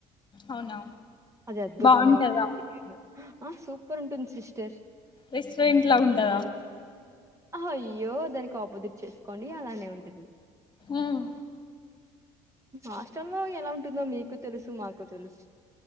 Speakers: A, on the left; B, on the right.
A: అవునా
B: అది అద్భుతంగా
A: బాగుంటదా
B: ఉంది ఆ సూపర్ ఉంటుంది సిస్టర్
A: రెస్టారెంట్ లా ఉంటదా
B: అహో అయ్యో దానికి ఆపోజిట్ చేసుకోండి అలానే ఉంటుంది
A: ఉమ్,
B: హాస్టల్ లో ఎలా ఉంటుందో మీకు తెలుసు మాకు తెలుసు